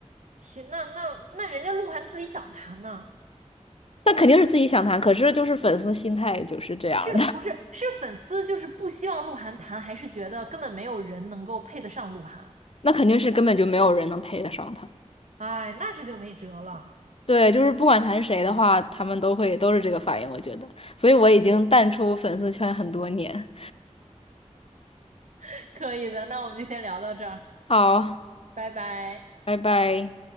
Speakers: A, on the right; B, on the left.
A: 天，那那那人家鹿晗自己想谈呢，
B: 那肯定是自己想谈，可是就是粉丝心态就是这样的，
A: 是不是？
B: <laughs>
A: 是粉丝就是不希望鹿晗谈，还是觉得根本没有人能够配得上鹿晗？
B: 那肯定是根本就没有人能配得上他。
A: 哎，那这就没辙了。
B: 对，就是不管谈谁的话，他们都会都是这个反应，我觉得，所以我已经淡出粉丝圈很多年。
A: <laughs> 可以的，那我们就先聊到这儿，
B: 好，
A: 拜拜。
B: 拜拜。